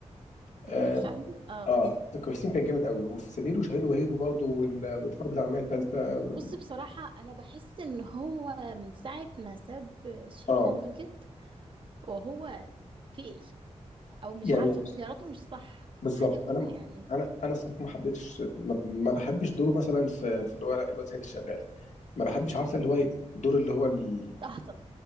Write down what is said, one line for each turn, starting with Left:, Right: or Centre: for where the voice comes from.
Left: اه
Right: احمد فهمي اه
Left: آه، في كويسين كان جامد قوي وفي سمير وشهير وبهير برضو وال- والحرب العالميه الثالثه وال...
Right: بص بصراحة أنا بحس إن هو من ساعة ما ساب شيكو
Left: اه
Right: وماجد وهو تقل أو مش
Left: يعني
Right: عارفة اختياراته مش صح
Left: بالظبط
Right: حاجة
Left: انا
Right: كده يعني
Left: انا انا الصراحه ما حبيتش ما, ما بحبش دوره مثلا في في اللي هو الواد سيد الشغال ما بحبش عارفه اللي هو ي- الدور اللي هو ال...
Right: تهطل